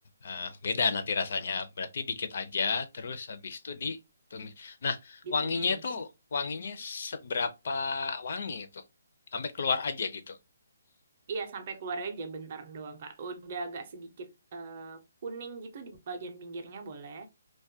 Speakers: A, on the left (about 45°); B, on the right (about 30°).
A: eh, beda nanti rasanya. Berarti dikit aja terus habis itu ditumis. Nah,
B: ditumis.
A: wanginya itu wanginya seberapa wangi itu? Sampai keluar aja gitu.
B: Iya, sampai keluar aja bentar doang, Kak. Udah agak sedikit eh, kuning gitu di bagian pinggirnya boleh.